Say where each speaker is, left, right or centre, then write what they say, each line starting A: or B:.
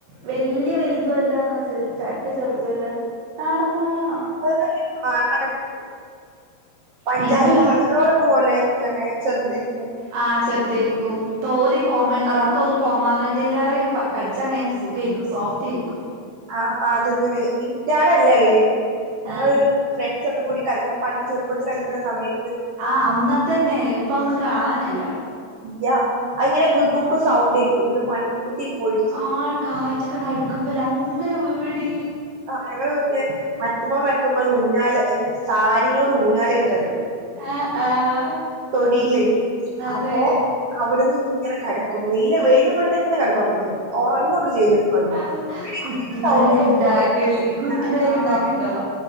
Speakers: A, on the right; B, on the right.
A: വെല്ല്യ വെൽതും അല്ല ഇന്നാ ചെറ് ചറ്റ ചെറ്തും അല്ല നാടൻ മാങ്ങാ
B: <unintelligible> പഞ്ചാര
A: പിന്നെ
B: മാങ്ങകളെ ഒക്കെ പോലെ തെന്നെ ചെർതെയ്ക്കും
A: ആഹ് ചെറ്തെയ്രിക്കും. തോല് കോമാങ്ങ
B: ആ
A: ഇൻക്ക് തോന്ന് കോമാങ്ങന്റെലെയ്റെ കടിച്ചാ വേം സുഖെയ്ര്ക്കും സോഫ്റ്റ് എയ്ര്ക്കും
B: ആഹ് ആഹ് തിന്ന്ണ് ഇന്റാടെ അല്ല ഇള്ളെയ് ഞങ്ങൾ
A: ആഹ്
B: ഫ്രണ്ട്സ് ഒക്കെ കൂടി കളി പണ്ട് ചെറുപ്പെത്ത് കളിക്ക്ണ സമയ
A: ആഹ് അന്നത്തെ എന്നെ ഇപ്പം ഒന്ന് കാണാന്നെ ഇല്ലാ
B: യാ അഹ് ഇങ്ങനെ വിഗുംമ്പം സൗണ്ടെക്കും ഇന്നെട്ട് മണ്ടി പോയിട്ട് തിന്നും
A: ആഹ് കാറ്റൊക്കെ അടിക്കുമ്പം ലെ അങ്ങനെ വീഴും എടി
B: ആഹ് ഞങ്ങളെ വീട്ടൽ മര്ത്ത്മ്മെ മര്ത്ത്മ്മെൽ ഉഞ്ഞാൽ അത് സാരി നോട് ഉഞ്ഞാൽ കെട്ടോല്ലോ
A: ആഹ് ആഹ്
B: തൊടിയിൽ
A: അതെ
B: അപ്പൊ അവ്ട്ന്ന് ഇങ്ങനെ കടക്കും. വെയിൽ വെയിലും കൊണ്ട് എന്നെ കടന്ന് ഒറങ്ങെൽ. ഒറങ്ങൊക്കെ ചെയ്യും
A: ആഹ്
B: <unintelligible>
A: കുറ്റിപ്പെരൊക്കെ ഇണ്ടാക്കല് കുറ്റിപ്പെരൊക്കെ
B: ആഹ്
A: ഇണ്ടാക്കല്ണ്ടോ